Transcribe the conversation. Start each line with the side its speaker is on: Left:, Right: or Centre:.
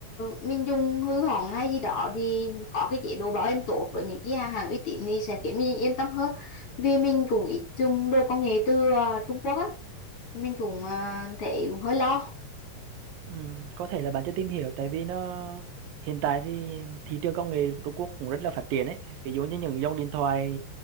Left: mình dùng hư hỏng hay gì đó thì có cái chế độ bảo hành tốt với những cái hàng hàng uy tín thì sẽ khiến mình yên tâm hơn vì mình cũng ít dùng đồ công nghệ từ ờ, Trung Quốc á mình cũng ờ, thấy cũng hơi lo
Right: ừ, có thể là bạn chưa tìm hiểu tại vì nó hiện tại thì thị trường công nghệ của Trung Quốc cũng rất là phát triển ấy ví dụ như những dòng điện thoại